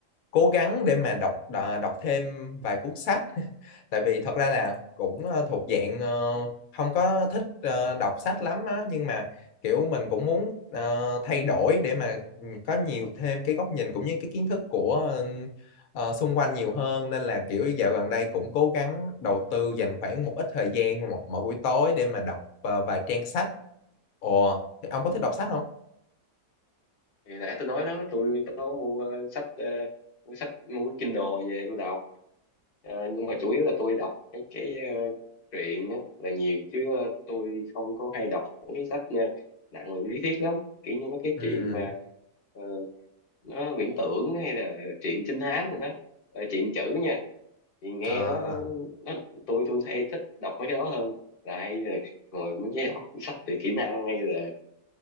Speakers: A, on the left (about 70°); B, on the left (about 40°).
A: cố gắng để mà đọc đà- đọc thêm vài cuốn sách <laughs> tại vì thật ra là cũng ờ, thuộc dạng ờ, không có thích ờ, đọc sách lắm á nhưng mà kiểu mình cũng muốn ờ, thay đổi để mà ừ, có nhiều thêm cái góc nhìn cũng như cái kiến thức của ờ, ờ, xung quanh nhiều hơn nên là kiểu dạo gần đây cũng cố gắng đầu tư dành khoảng một ít thời gian mỗi, mỗi buổi tối để mà đọc ờ, vài trang sách. Ồ, thì ông có thích đọc sách không?
B: thì nãy tôi nói đó tôi có mua ờ, sách ờ, mua sách mua cái Kindle về tôi đọc Ờ, nhưng mà chủ yếu là tôi đọc cái cái ờ, truyện á, là nhiều chứ ờ, tôi không có hay đọc mấy cái sách ờ, nặng về lý thuyết lắm kiểu như mấy cái
A: Ừ.
B: truyện mà ờ, nó viễn tưởng hay là truyện trinh thám rồi đó Ờ, truyện chữ nha thì nghe
A: À,
B: nó nó tôi tôi hay thích đọc mấy cái đó hơn là lại ngồi mấy cái học sách về kỹ năng hay là